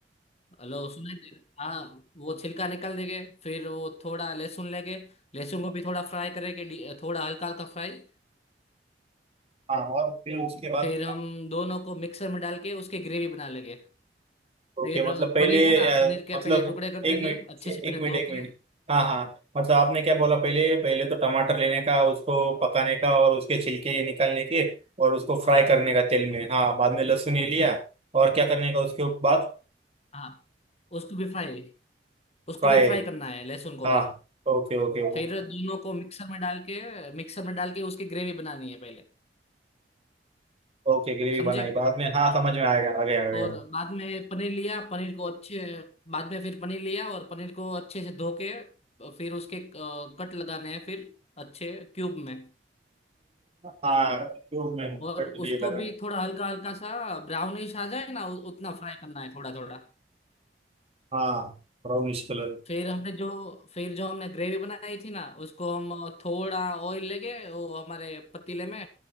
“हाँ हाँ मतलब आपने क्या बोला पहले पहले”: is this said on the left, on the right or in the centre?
Right